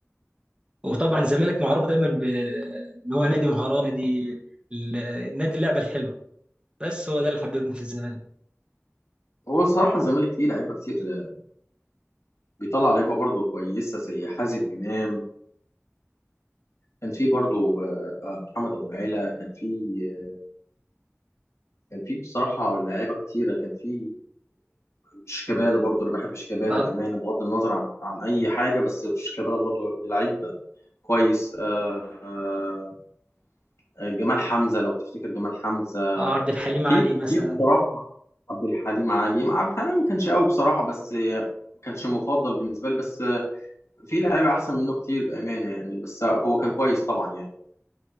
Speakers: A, on the right; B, on the left.
A: وطبعا الزمالك معروف دايما ب- ان هو نادي مهارات نادي ال- نادي اللعبه الحلوه بس هو ده اللي حببني في الزمالك
B: هو الصراحه الزمالك فيه لعيبه كتير آه، بيطلع لعيبه برضه كويسه زي حازم امام كان في برضو آه، آه، محمد ابو العيلة كان في آه، كان في بصراحة لعيبة كتيرة كان في آه، شيكابالا برضو انا بحب شيكابالا
A: اه
B: بأمانة بغض النظر عن عن اي حاجة بس شيكابالا برضو لعيب كويس آه، آه، آه، جمال حمزة لو تفتكر جمال حمزة
A: آه، عبد الحليم
B: في
A: علي مثلا
B: في بصراحة عبد الحليم علي عبد الحليم ما كانش قوي بصراحة بس آه، ما كانش مفضل بالنسبة لي بس آه، في لعيبة احسن منه كتير بأمانة يعني بس آه، هو كان كويس طبعا يعني